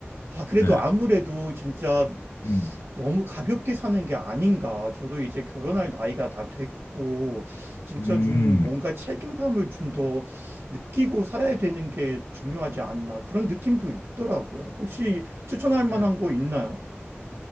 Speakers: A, on the right; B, on the left.
A: 아, 그래도
B: 네.
A: 아무래도 진짜
B: 음.
A: 너무 가볍게 사는 게 아닌가. 저도 이제 결혼할 나이가 다 됐고, 진짜
B: 음.
A: 좀 뭔가 책임감을 좀 더 느끼고 살아야 되는 게 중요하지 않나. 그런 느낌도 있더라고요. 혹시 추천할 만한
B: 네.
A: 거 있나요?